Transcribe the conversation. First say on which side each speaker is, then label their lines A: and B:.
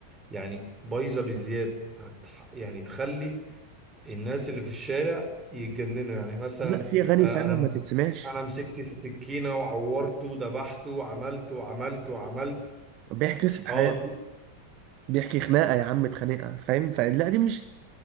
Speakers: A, on the right; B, on the right.
A: يعني بايظه بزياده هتح... يعني تخلي الناس اللي في الشارع يتجننوا يعني مثلا
B: لا في اغاني
A: آه،
B: فعلا
A: انا مس...
B: ما تتسمعش
A: انا مسكت السكينه وعورته وذبحته وعملته وعملته وعملت
B: بيحكي قصه
A: اه
B: حياته بيحكي خناقه يا عم اتخانقها فاهم فلا دي مش